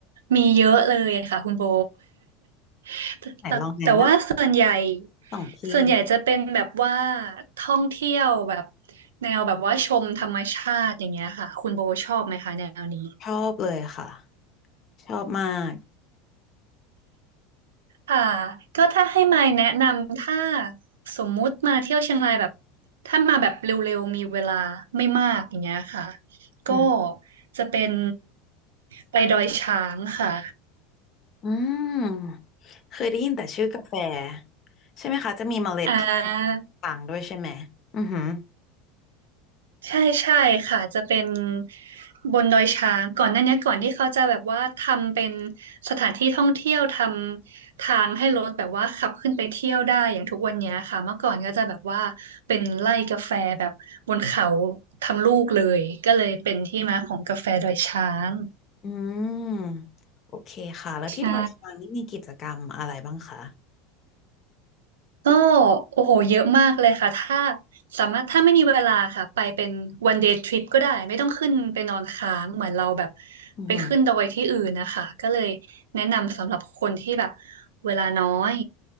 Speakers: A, on the right; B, on the left.
A: มีเยอะเลยค่ะคุณโบ <laughs> แต่แต่แต่ว่าส่วนใหญ่
B: ไหนลองแนะนำสองที่
A: ส่วนใหญ่จะเป็นแบบว่าท่องเที่ยวแบบแนวแบบว่าชมธรรมชาติอย่างเงี้ยค่ะคุณโบชอบไหมคะแนวนี้
B: ชอบเลยค่ะ ชอบมาก
A: ค่ะก็ถ้าให้มายแนะนำถ้าสมมุติมาเที่ยวเชียงรายแบบถ้ามาแบบเร็วๆมีเวลาไม่มากอย่างเงี้ยค่ะก็
B: อืม
A: จะเป็นไปดอยช้างค่ะ
B: อืมเคยได้ยินแต่ชื่อกาแฟใช่ไหมคะ จะมีเมล็ดที่
A: อ่า
B: ต่างด้วยใช่ไหมอือหือ
A: ใช่ใช่ค่ะจะเป็นบนดอยช้างก่อนหน้านี้ก่อนที่เขาจะแบบว่าทำเป็นสถานที่ท่องเที่ยวทำทางให้รถแบบว่าขับขึ้นไปเที่ยวได้อย่างทุกวันเนี้ยค่ะเมื่อก่อนก็จะแบบว่าเป็นไร่กาแฟแบบบนเขาทั้งลูกเลยก็เลยเป็นที่มาของกาแฟดอยช้าง
B: อืมโอเคค่ะ แล้วที่ดอยช้างนี่มีกิจกรรมอะไรบ้างคะ
A: ใช่ ก็โอ้โหเยอะมากเลยค่ะถ้าสามารถถ้าไม่มีเวลาค่ะไปเป็น one day trip ก็ได้ไม่ต้องขึ้นไปนอนค้างเหมือนเราแบบ
B: อือหือ
A: ไปขึ้นดอยที่อื่นนะคะก็เลยแนะนำสำหรับคนที่แบบเวลาน้อย